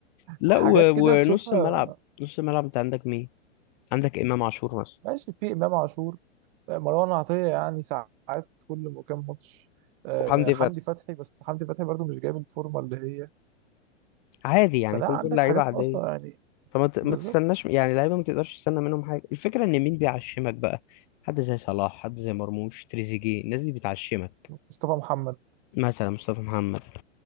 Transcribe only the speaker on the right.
حاجات
كده
تشوفها
ماشي في امام عاشور آه، مروان عطيه يعني ساعات كل م- كام ماتش آه،
حمدي
فتحي بس حمدي فتحي برضو مش جايب الفورمه اللي هي
فلا
عندك
حاجات
ناقصه يعني
بالظبط
مصطفى محمد